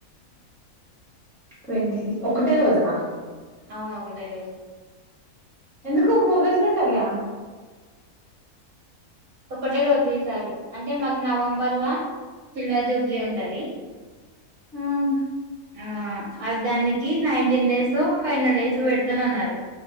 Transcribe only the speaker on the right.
అవును ఒకటే రోజు
ఒకటే రోజు చేసారు అంటే మళ్ళీ నవంబర్ లో సిల్వర్ జూబ్లీ ఉంటది.
ఆ అవి దానికి నైన్టీన్ డేస్ ఎన్నో డేస్ పెడతాన అన్నారు,